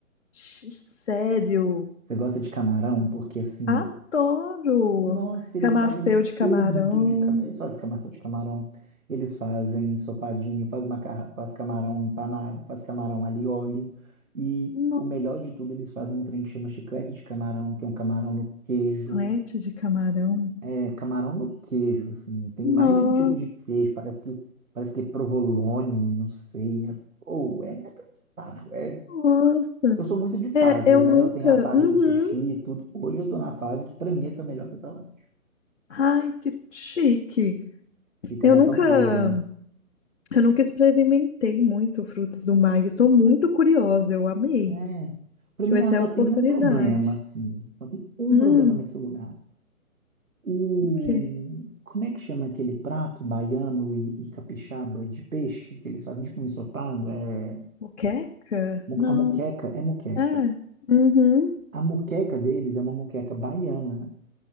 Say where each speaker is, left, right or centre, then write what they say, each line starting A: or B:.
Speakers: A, on the left; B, on the right.
A: x- sério?
B: Você gosta de camarão? Porque assim,
A: Adoro!
B: Nossa, eles
A: Camafeu
B: fazem
A: de camarão,
B: tudo de camarão. Eles fazem camarão de camarão, eles fazem ensopadinho, faz macarrão, faz camarão empanado, faz camarão alho e óleo. E
A: um
B: o melhor de tudo, eles fazem um trem que chama chiclete de camarão, que é um camarão no queijo.
A: omelete de camarão.
B: É camarão no queijo, assim. Tem
A: Nossa,
B: mais de um tipo de queijo, parece que parece que é provolone, não sei. É, ou é inacreditável. É.
A: nossa.
B: Eu sou muito de fases,
A: É, eu
B: né?
A: nunca.
B: Eu tenho a fase
A: Uhum.
B: do sushi e tudo. Hoje eu tô na fase que pra mim esse é o melhor restaurante.
A: Ai, que chique.
B: Fica
A: Eu
B: na
A: nunca,
B: Pampulha.
A: eu nunca experimentei muito frutos do mar. Eu sou muito curiosa, eu amei.
B: É. Para
A: Deixa
B: mim
A: eu ver
B: lá
A: se
B: só
A: é a oportunidade.
B: tem um problema, assim. Só tem um
A: Hum,
B: problema nesse lugar. O...
A: o quê?
B: Como é que chama aquele prato baiano e, e capixaba de peixe que eles fazem tipo um ensopado? É...
A: Moqueca?
B: mu-
A: Não.
B: A moqueca é moqueca.
A: É. Uhum.
B: A moqueca deles é uma moqueca baiana